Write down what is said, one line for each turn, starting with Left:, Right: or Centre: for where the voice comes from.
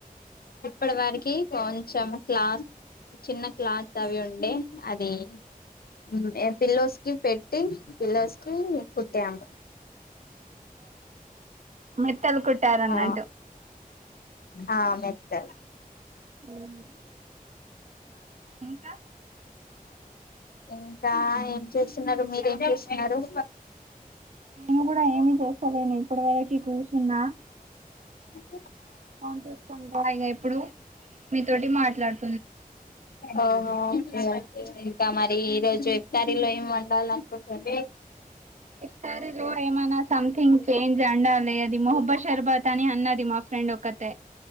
Left: ఇప్పట్ వరికి కొంచెం క్లాత్ చిన్న క్లాత్ అవి ఉండే అదీ మ్ ఏం పిల్లోస్కి పెట్టి పిల్లోస్కి కుట్టాము.
Right: మెత్తల్ కుట్టారన్నట్టు.
Left: ఆ ఆ మెత్త.
Right: మ్మ్ ఇంకా
Left: ఇంకా ఏం చేస్తున్నారు మీరేం చేస్తున్నరు.
Right: నేను గూడా ఏమీ చేస్తలేను ఇప్పటివరకి కూర్చున్నా.
Left: <inaudible>
Right: ఫోన్ చూస్కుంటా ఇగ ఇప్పుడు మీతోటి మాట్లాడ్
Left: ఆహా ఇగ ఇంకా మరి ఈరోజు కర్రీలో ఏం వండాలన్కుంటుం
Right: ఇఫ్తారులో ఏమనా సంథింగ్ చేంజ్ అండాలే అది మొహబ్బ షర్బాత్ అని అన్నది మాఫ్ ఫ్రెండ్ ఒక్కతే